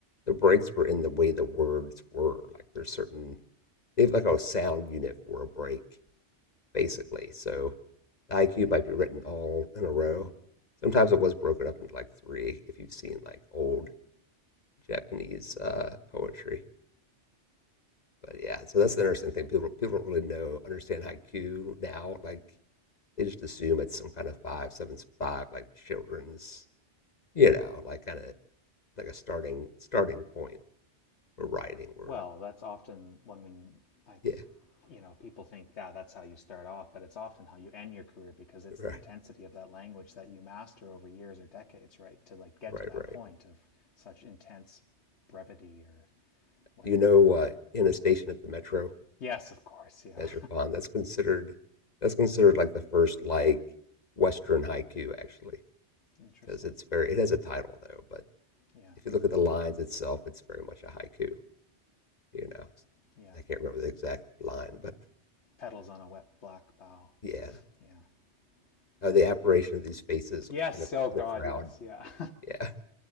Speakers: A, on the left (about 40°); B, on the left (about 70°).
A: the breaks were in the way the words were like there's certain they have like a sound unit for a break basically so the iq might be written all in a row sometimes it was broken up into like three if you've seen like old japanese uh poetry but yeah so that's the interesting thing people people don't really know understand haiku now like they just assume it's some kind of five seven five like children's you know like kind of like a starting starting point for riding or
B: Well, that's often when I
A: yeah
B: you know, people think, yeah, that's how you start off, but it's often how you end your career because it's
A: <laughs>
B: the intensity
A: right
B: of that language that you master over years or decades, right? To like get
A: right
B: to that
A: right
B: point of such intense brevity or what
A: you
B: have
A: know
B: you.
A: uh, in a station at the metro
B: Yes, of course, yeah.
A: as your pond that's considered that's considered like the first like western haiku actually
B: <laughs> Interesting.
A: because it's very it has a title though but
B: Yeah,
A: if you look at the lines itself it's very much a haiku you know
B: yeah.
A: i can't remember the exact line but
B: Petals on a wet black bough.
A: yeah
B: Yeah, yeah.
A: uh, the
B: yeah.
A: apparition of these faces
B: Yes,
A: in a
B: oh God,
A: in a crowd
B: yes, yeah.
A: yeah